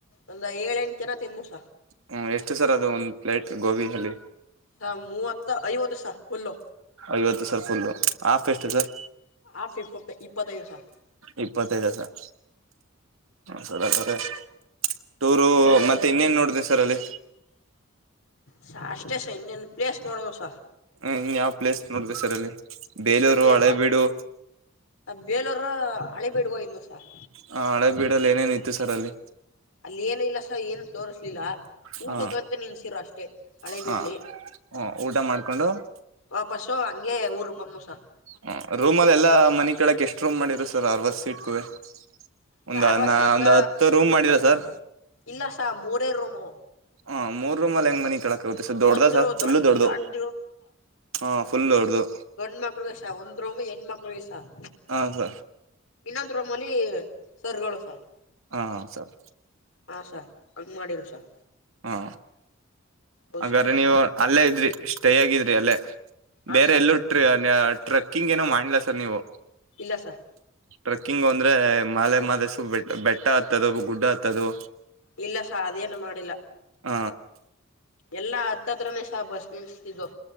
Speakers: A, on the left; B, on the right.
A: ಒಂದ ಏಳೆಂಟು ಜನ ತಿಂದಮಸ.
B: ಹ್ಞೂ ಎಷ್ಟು ಸರ್ ಅದು ಒಂದು ಪ್ಲೇಟ್ ಗೋಬಿ ಅಲ್ಲಿ.
A: ಹಾ ಮೂವತ್ತ ಐವತ ಸಾರ್ ಫುಲ್.
B: ಐವತ್ತು ಸರ್ ಫುಲ್ಲು ಆಫ್ ಎಷ್ಟು ಇದೆ ಸರ್.
A: ಆಫಿಫ ಇಪ್ಪತ್ತೈದು ಸರ್.
B: ಇಪ್ಪತ್ತೈದು ಸರ್. ಸರ್ ಸರೆ ಟೂರು ಮತ್ತೆ ಇನ್ನೇನ್ ನೋಡಿದೆ ಸರ್ ಅಲ್ಲಿ.
A: ಸ ಅಷ್ಟೇ ಸ ಇನ್ನೇನು ಪ್ಲೇಸ್ ನೋಡೋದು ಸರ್.
B: ಹ ಇನ್ ಯಾವ್ ಪ್ಲೇಸ್ ನೋಡಬೇಕ ಸರ್ ಅಲ್ಲಿ ಬೇಲೂರು
A: ಹಂಗೆ
B: ಹಳೆಬೀಡು.
A: ಬೇಲೂರ ಹಳೆಬೀಡು ಗೆ ಹೋಗಿದೆನಿ ಸರ್.
B: ಹ ಹಳೆ ಬೀಡಲ್ಲಿ ಏನೇನ ಇತ್ತು ಸರ್ ಅಲ್ಲಿ.
A: ಅಲ್ಲಿ ಏನ ಇಲ್ಲ ಸರ್ ಏನು ತೋರ್ರಿಸ್ಲಿಲ್ಲ. ಊಟಕ್ಕ
B: ಹಾ
A: ಅಂತ ನಿನ್ಸಿರು ಅಷ್ಟೇ ಹಳೇಬೀಡಲಿ.
B: ಹಾ ಹ ಊಟ ಮಾಡ್ಕೊಂಡು
A: ವಾಪಸ್ಸು ಹಂಗೆ ಊರ್ ಬಂದವಿ ಸರ್.
B: ಹ ರೂಮಲ್ಲಿ ಎಲ್ಲ ಮನೆ ಕಳಕ್ ಎಷ್ಟು ರೂಮ್ ಮಾಡಿದರು ಸರ್ ಅರದಾ ಸೀಟ್ ಕುವೆ.
A: ಸಾ
B: ಒಂದ
A: ಅರವತ್ತು
B: ನಾ
A: ಸೀಟ್ಗ
B: ಒಂದು ಹತ್ತು ರೂಮ್ ಮಾಡಿದ ಸರ್.
A: ಇಲ್ಲ ಸರ್ ಮೂರೇ ರೂಮು.
B: ಹ್ಮ್ ಮೂರೂ ರೂಮ್ ಅಲೆ ಹೆಂಗ್ ಮಳಿಕಳದು. ಸ ದೊಡ್ಡ್ದ
A: ಒಂದ್
B: ಸರ್
A: ರೂ
B: ಫುಲ್ಲ
A: ದೊಡ್
B: ದೊಡ್ಡದು
A: ದೊಡ್ಡ
B: ಹಾ ಫುಲ್ ದೊಡ್ಡದು.
A: ಗಂಡ್ ಮಕ್ಳಿಗೆ ಸ ಒಂದ್ ರೂಮ ಹೆಣು ಮಕ್ಳಿಗೆ ಸರ್.
B: ಹೌಂ ಸರ್.
A: ಇನ್ನೊಂದ ರೋಮ್ಮಲ್ಲಿ ಸರ್ಗಳು ಸರ್.
B: ಹಾ ಸರ್
A: ಹಾ ಸರ್ ಹಂಗೆ ಮಾಡಿರ ಸರ್.
B: ಹಾ
A: ಹೌದ್
B: ಹಾಗಾದ್ರೆ
A: ಸಾ
B: ನೀವು. ಅಲ್ಲೇ ಇದ್ರಿ ಸ್ಟೇ ಆಗಿದ್ರಿ ಅಲ್ಲೇ
A: ಹಾ
B: ಬೇರೆ
A: ಸಾ
B: ಎಲ್ಲೂ. ಟ್ರಕ್ಕಿಂಗ್ ಏನೋ ಮಾಡ್ಲ ಸರ್ ನೀವು.
A: ಇಲ್ಲ ಸರ್.
B: ಟ್ರೆಕ್ಕಿಂಗ್ ಅಂದ್ರೆ ಮಾದೇಮಾಲೆಸ ಬೆ ಬೆಟ್ಟ ಹತ್ತದ ಗುಡ್ಡ ಹತ್ತದ್ದು.
A: ಇಲ್ಲ ಸರ್ ಅದೇನು ಮಾಡಿಲ್ಲ.
B: ಹ
A: ಎಲ್ಲಾ ಹತ್ತತ್ರಾನೇ ಸ ಬಸ್ ನಿಲ್ಸ್ತಿದ್ದು